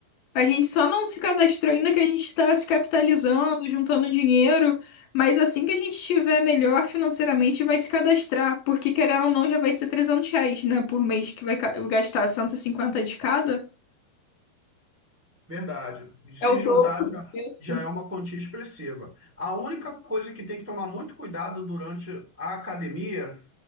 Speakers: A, on the left; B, in the centre.
A: A gente só não se cadastrou ainda que a gente está se capitalizando, juntando dinheiro, mas assim que a gente estiver melhor financeiramente, vai se cadastrar, porque querendo ou não, já vai ser 300 reais, né, por mês, que vai ca- gastar 150 de cada.
B: Verdade. E se
A: É o
B: juntar
A: dobro
B: já,
A: disso.
B: já é uma quantia expressiva. A única coisa que tem que tomar muito cuidado durante a academia